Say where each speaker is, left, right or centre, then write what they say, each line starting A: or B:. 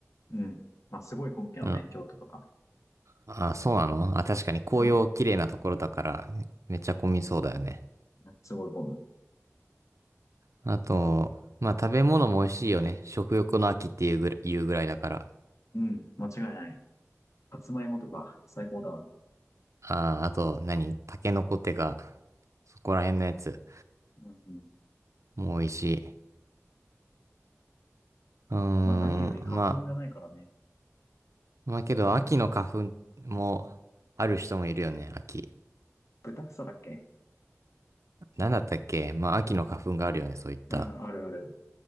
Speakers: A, on the left (about 70°); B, on the right (about 75°).
A: うん。まあ、すごい混むけどね、
B: うん。
A: 京都とか。
B: あ、そうなのあ、確かに紅葉綺麗なところだからめっちゃ混みそうだよね。
A: そう。すごい混む。
B: あと、まあ食べ物も美味しいよね。食欲の秋っていうぐらい、言うぐらいだから。
A: うん。間違いない。さつまいもとか、最高だわ。
B: あ、あと何タケノコってか、そこら辺のやつ
A: うんうん。
B: も美味しい。うーん、
A: まあ何より花粉がないからね。
B: まあ、まあけど秋の花粉もある人もいるよね、秋。
A: 豚草だっけ
B: なんだったっけまあ秋の花粉があるよね、そういった。
A: うん、あるある。